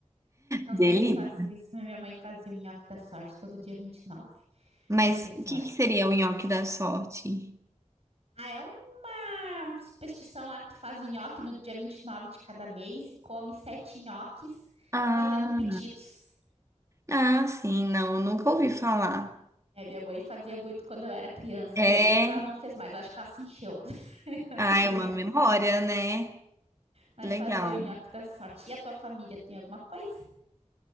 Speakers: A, on the right (about 55°); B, on the right (about 25°).
A: não
B: delícia.
A: sei se faziam isso, mas minha mãe fazia o nhoque da sorte todo dia vinte e nove
B: Mas
A: para ter sorte.
B: o que que seria o nhoque da sorte?
A: Ah, é uma superstição lá que tu faz o nhoque no dia 29 de cada mês e come sete nhoques
B: Ah,
A: fazendo pedidos.
B: ah, sim, não, nunca ouvi falar.
A: É, minha mãe fazia muito quando eu era criança,
B: É,
A: assim. Depois ela não fez mais, acho que ela se encheu, <laughs> não
B: ah,
A: quis
B: é uma
A: mais.
B: memória, né?
A: Mas
B: Legal.
A: fazer o nhoque da sorte. E a tua família tem alguma coisa?